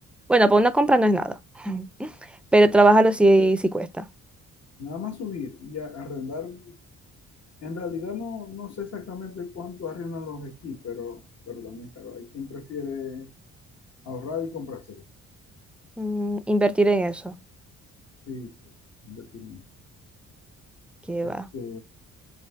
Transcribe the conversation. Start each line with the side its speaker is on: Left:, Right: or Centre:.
Centre: Bueno, para una compra no es nada. <laughs> Pero
Left: claro.
Centre: trabajarlo sí, sí cuesta.
Left: Nada más subir y a- arrendar En realidad no, no sé exactamente cuánto arriesgan los esquís, pero, pero también claro Hay quien prefiere ahorrar y comprárselo.
Centre: Mm, invertir en eso.
Left: Sí, sí, invertir en eso.
Centre: Que
Left: Este,
Centre: va.